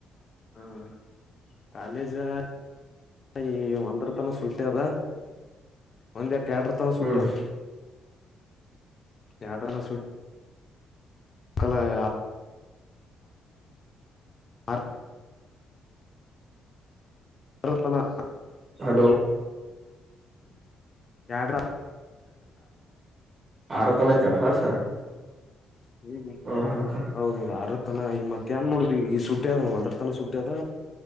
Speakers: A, on the left; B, on the right.
A: ಹ್ಮ್ ಕಾಲೇಜಾ ಈ ಒಂದ್ರತನ ಸುಟ್ಟಿ ಅದ ಒಂದ್ ಎ ಕ್ಯಾಡರ್ ತನ ಸೂಟ್
B: ಹ್ಮ್
A: ಅದ ಯಡ್ರನ ಸೂ ಕಲಾಯ ಆರರ <unintelligible>
B: ಹಲೋ
A: ಯಾಡ್ರ
B: ಆರತನ ಐತೇನ್ ಕ್ಲಾಸ್
A: ಹ್ಮ್
B: ಹ್ಮ ಹ್ಮ ಹ್ಮ
A: ಹೌದೌದು ಆರರತನ ಈಗ ಮತ್ತ ಏನ್ ಮಾಡೋದಿ ಈಗ ಸುಟ್ಟ್ಯದ ಒಂದರ ತನ ಸುಟ್ಟ್ಯದ